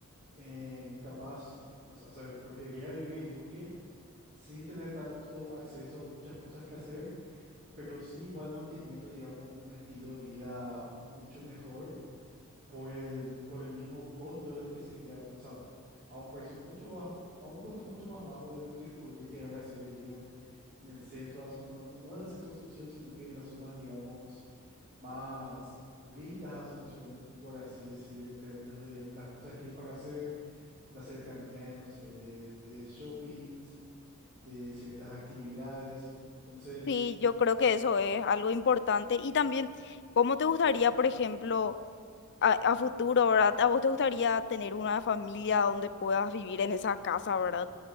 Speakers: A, on the right (about 45°); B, on the left (about 50°).
A: en capaz, o sea, o sea, preferiría vivir en Luque sin tener tanto acceso a muchas cosas que hacer pero sí igual manteniendo, digamos, un estilo de vida mucho mejor por el, por el mismo costo de lo que sería, o sea, a un precio mucho bajo, a un costo mucho más bajo de lo que podría llegar a ser vivir en, en el centro, de Asun- no, no, no en el centro de Asunción, sino que en las zonas, digamos, más lindas de Asunción, en- por así decir, en términos de las cosas que hay para hacer, la cercanía, no sé, de, de shoppings, de ciertas actividades. Entonces,
B: Sí, yo creo que eso es algo importante. Y también, ¿cómo te gustaría, por ejemplo, a, a futuro, ¿verdad? ¿A vos te gustaría tener una familia donde puedas vivir en esa casa, ¿verdad?